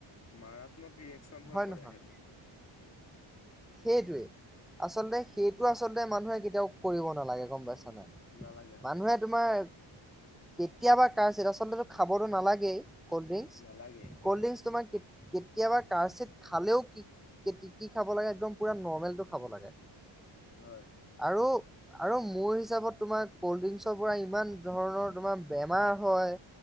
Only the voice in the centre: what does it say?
হয়
নহয়
সেইটোৱে আচলতে সেইটো আচলতে মানুহে কেতিয়াও কৰিব নালাগে, গম পাইছে?
মানুহে
তোমাৰ কেতিয়াবা কাতচিত আচলতে খাবতো নালাগেই। ক'ল্ড ড্ৰিংচ,
ক'ল্ড ড্ৰিংচ তোমাৰ ক কেতিয়াবা কাৎচিৎ খালেও, কি কি খাব লাগে, একদম পোৰা নৰ্মেলটো খাব লাগে।
আৰু আৰু মোৰ হিচাপত তোমাৰ কল্ড ড্ৰিংকচৰ পৰা ইমান ধৰণৰ তোমাৰ বেমাৰ হয়।